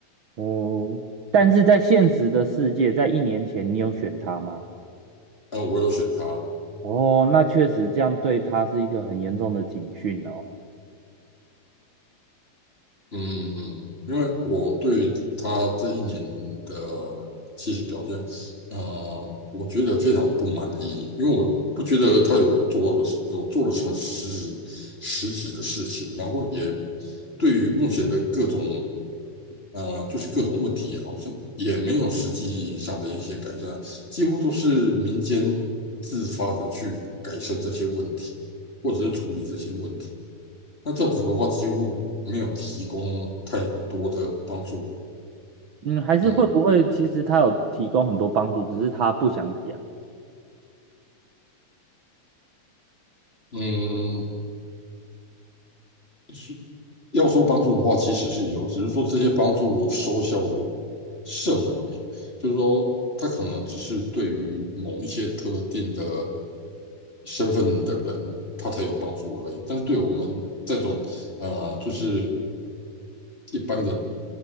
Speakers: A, on the right (about 55°); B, on the left (about 20°).
A: 哦，但是在现实的世界，在一年前你有选他吗？
B: 呃，我有选他，
A: 哦，那确实这样对他是一个很严重的警讯哦。
B: 嗯嗯，嗯因为我对于他这一年的其实表现，呃，我觉得非常不满意，因为我不觉得他有做有做了什么实质实质的事情，然后也对于目前的各种呃，就是各种问题，好像也没有实际上的一些改善，几乎都是民间自发的去改善这些问题，或者是处理这些问题。那政府的话几乎没有提供太多的帮助。
A: 嗯，还是会不会其实他有提供很多帮助，
B: 嗯
A: 只是他不想讲。
B: 嗯，是要说帮助的话，其实是有，只是说这些帮助收效甚微，就是说他可能只是对于某一些特定的身份的人，他才有帮助而已。但是对我们这种呃，就是一般的